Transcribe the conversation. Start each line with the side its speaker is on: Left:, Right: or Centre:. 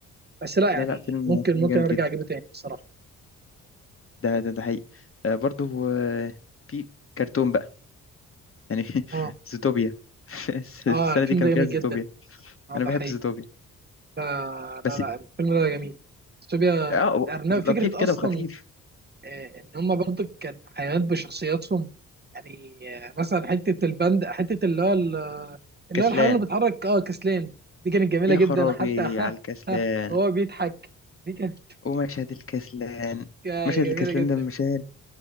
Right: بس لا
Left: لا
Right: يعني
Left: لا فيلم
Right: ممكن
Left: فيلم
Right: ممكن
Left: جامد
Right: ارجع
Left: جدا
Right: اجيبه تاني الصراحه
Left: ده ده ده حقيقي آه برضه آه، في كرتون بقى يعني <laughs>
Right: اه
Left: زوتوبيا <laughs> في
Right: اه
Left: السنة
Right: الفيلم
Left: دي كان
Right: ده جميل
Left: فيها زوتوبيا
Right: جدا اه
Left: أنا
Right: ده
Left: بحب
Right: حقيقي
Left: زوتوبيا
Right: آه
Left: بس
Right: لا لا الفيلم ده جميل استوبيا
Left: اه
Right: الارنب
Left: لطيف
Right: فكره اصلا
Left: كده وخفيف
Right: آه ان هم برضه كان حيوانات بشخصياتهم يعني آه مثلا حته البند حته اللي هو ال- اللي
Left: كسلان
Right: هو الحيوان اللي بيتحرك اه كسلان دي كانت جميله
Left: يا
Right: جدا
Left: خرابي
Right: حتى <laughs> ها
Left: على الكسلان
Right: ها هو بيضحك دي كانت
Left: ومشهد الكسلان
Right: آه،
Left: مشهد
Right: جميله
Left: الكسلان
Right: جدا
Left: ده من المشاهد